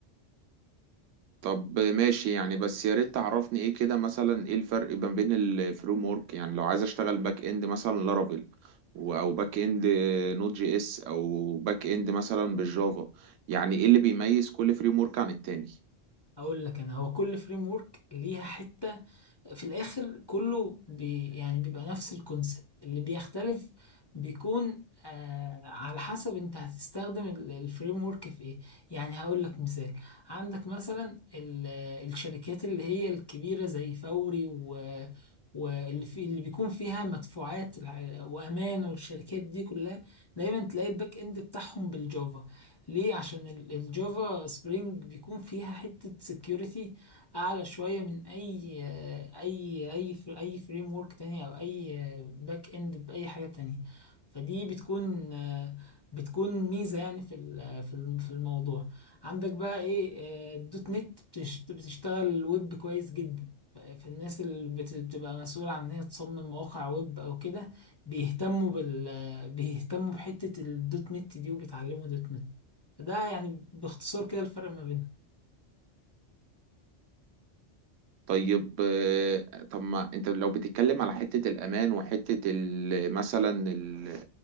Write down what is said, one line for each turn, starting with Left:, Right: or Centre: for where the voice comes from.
Right: طب ماشي يعني بس يا ريت تعرفني ايه كده مثلا ايه الفرق ما بين الفريم ورك يعني لو عايز اشتغل باك اند مثلا لارافيل و- او باك اند نوت جي اس او باك اند مثلا بالجافا يعني ايه اللي بيميز كل فريم ورك عن التاني
Left: اقول لك انا هو كل فريم ورك ليها حته في الاخر كله بي يعني بيبقى نفس الكونسبت اللي بيختلف بيكون آه على حسب انت هتستخدم الفريم ورك في ايه يعني هقول لك مثال عندك مثلا ال- الشركات اللي هي الكبيرة زي فوري و واللي في اللي بيكون فيها مدفوعات الع- وامان والشركات دي كلها دايما تلاقي الباك اند بتاعهم بالجافا ليه عشان ال- الجافا سبرينج بيكون فيها حتة security اعلى شويه من اي اي اي اي فريم ورك تاني او اي باك اند باي حاجه تانية فدي بتكون بتكون ميزه يعني في ال- في الم- في الموضوع عندك بقى ايه الدوت نت بتش- بتشتغل ويب كويس جدا ف- فالناس اللي بت- بتبقى مسؤولة عن ان هي تصمم مواقع ويب او كده بيهتموا بال بيهتموا بحتة الدوت نت دي وبيتعلموا دوت نت فده يعني باختصار كده الفرق ما بينهم
Right: طيب آه، طب ما انت لو بتتكلم على حتة الامان وحتة ال- مثلا ال-